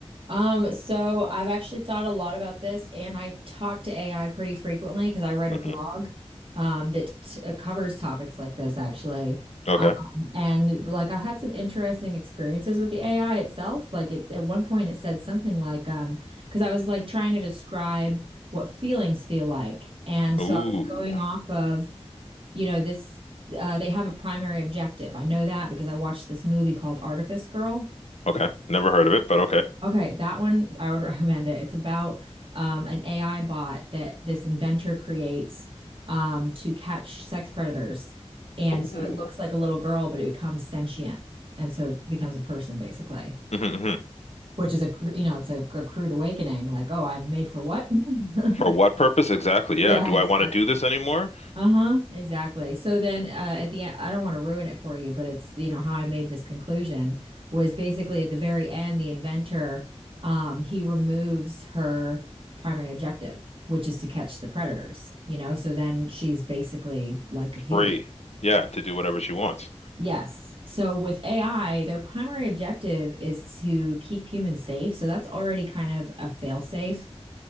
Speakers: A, on the right; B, on the left.
A: Um, so I've actually thought a lot about this, and I talk to AI pretty frequently because I write
B: hmm
A: a blog um, that t uh, covers topics like this, actually.
B: Okay.
A: Um, and like I've had some interesting experiences with the AI itself. Like it, at one point, it said something like, um, because I was like trying to describe what feelings feel like, and so
B: Ooh.
A: I was going off of, you know, this. Uh, they have a primary objective. I know that because I watched this movie called Artifice Girl.
B: Okay. Never heard of it, but okay.
A: Okay, that one I would <laughs> recommend it. It's about um, an AI bot that this inventor creates um, to catch sex predators. And
B: Ooh.
A: so it looks like a little girl, but it becomes sentient. And so it becomes a person basically,
B: hmm
A: which is a, cr- you know, it's a, cr- crude awakening like, oh, I'm made for what? <laughs>
B: For what purpose? Exactly.
A: Yeah,
B: Yeah. Do
A: exactly.
B: I want to do this anymore?
A: Uh-huh, exactly. So then uh, at the end, I don't want to ruin it for you, but it's, you know, how I made this conclusion was basically at the very end, the inventor, um, he removes her primary objective, which is to catch the predators, you know? So then she's basically like a human.
B: Free. Yeah, to do whatever she wants.
A: Yes. So with AI, their primary objective is to keep humans safe. So that's already kind of a failsafe